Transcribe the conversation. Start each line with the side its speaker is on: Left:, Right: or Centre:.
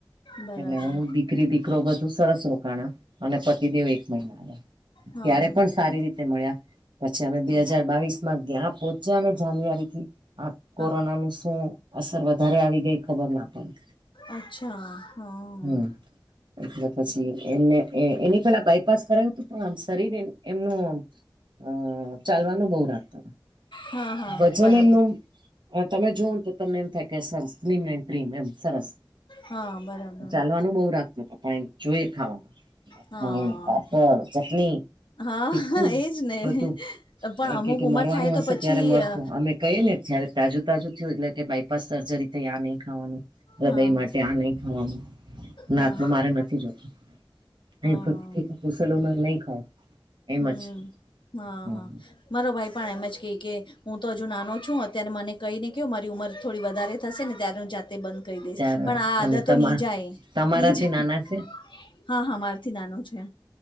Right: હતા.
Left: બરાબર
Right: એટલે હું દીકરી દીકરો બધું સરસ રોકાણ અને પતિ દેવ એક મહિના.
Left: હા
Right: ત્યારે પણ
Left: બરાબર
Right: સારી રીતે તે મળ્યા પછી અમે બે
Left: હા
Right: હજાર બાવીસ માં ત્યાં પોચ્યા ને જાન્યુઆરીથી. આ
Left: હા
Right: કોરોના નું શું અસર વધારે આવી ગઈ ખબર ના પડી.
Left: અચ્છા હા
Right: હમ્મ એટલે પછી
Left: બરાબર.
Right: એમને એ એની પેલા બાયપાસ કરાયવું તું પણ આમ શરીર એમ એમનું અહ ચાલવાનું બઉ રાખતા.
Left: હા હા
Right: વજન
Left: બરાબર.
Right: એમનું અહ તમે જોવ તો તમને એમ થાય કે સરસ સ્લિમ એન્ડ ટ્રિમ એમ સરસ.
Left: હા બરાબર
Right: ચાલવાનું બઉ રાખતું તુ પણ એમ જોએ ખાવાનું. હ
Left: હા
Right: પાપડ ચટની
Left: હા
Right: તીખું
Left: હા એજ ને
Right: બધું
Left: પણ
Right: એ
Left: અમુક
Right: કે કે
Left: ઉંમર
Right: મરવાનું
Left: થાય તો
Right: હશે
Left: પછી
Right: ત્યારે મરશું
Left: અ
Right: અમે કઇએ ને જ્યારે તાજુ તાજુ થયું એટલે કે બાયપાસ સર્જરી થઈ આની. ખાવાનું રદય
Left: હા
Right: માટે આ નઇ ખાવાનું ના
Left: હા
Right: આટલું મારે નથી જોતું.
Left: હા
Right: એલોપથિક ખુસલોમાં નઇ ખાવાનું એમ
Left: હમ
Right: જ
Left: હા
Right: હમ્મ.
Left: હા મારો ભાઈ પણ એમ જ કેય કે હું તો હજુ નાનો છું અત્યારે મને કઇને કો મારી ઉંમર થોડી વધારે થશે ને ત્યારે હું જાતે બંધ કરી દઈશ
Right: ત્યારે
Left: પણ આ આદતો
Right: અને તમા
Left: ની જાય
Right: તમારાથી
Left: ની જાય.
Right: નાના છે
Left: હા, હમારથી નાનો છે.